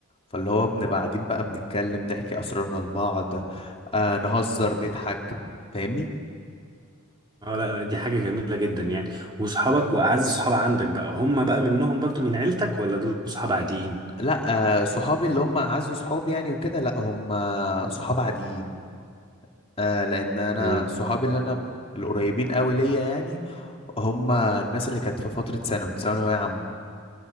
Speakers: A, on the left; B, on the right.
A: فاللي هو بنبقى قاعدين بقى بنتكلم نحكي اسرارنا لبعض آه نهزر نضحك فاهمني
B: اه لا لا، دي حاجة جميلة جدا يعني وصحابك وأعز صحاب عندك بقى هم بقى منهم برضو من عيلتك ولا دول صحاب عاديين؟
A: لا آه صحابي اللي هم اعز صحابي يعني وكده لا هم صحاب عاديين آه لان انا
B: امم
A: صحابي اللي انا القريبين قوي ليا يعني هم الناس اللي كانت في فترة ثانوي ثانوية عامة